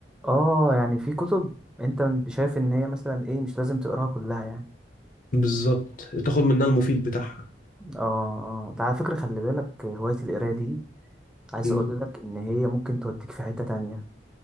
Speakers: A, in the centre; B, on the left.
A: اه يعني في كتب انت شايف ان هي مثلا ايه مش لازم تقراها كلها يعني
B: بالظبط تاخد منها المفيد بتاعها
A: اه اه ده على فكرة خلي بالك هواية القراية دي عايز
B: أمم،
A: اقول لك ان هي ممكن توديك في حتة تانية